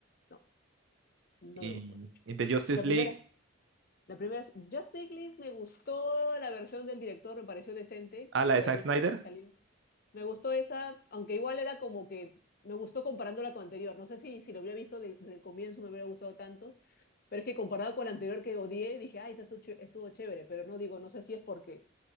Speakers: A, on the left; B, on the right.
A: no, no
B: y,
A: me gustó mucho.
B: y The Justice
A: La primera,
B: League?
A: la primera es Justice League, me gustó la versión del director, me pareció decente,
B: a la
A: pero
B: de Zack
A: la primera
B: Snyder.
A: que salió, Me gustó esa, aunque igual era como que me gustó comparándola con la anterior. No sé si, si lo hubiera visto de- desde el comienzo me hubiera gustado tanto, pero es que comparado con la anterior que odié, dije, ay, esta estuvo, ch- estuvo chévere, pero no digo, no sé si es porque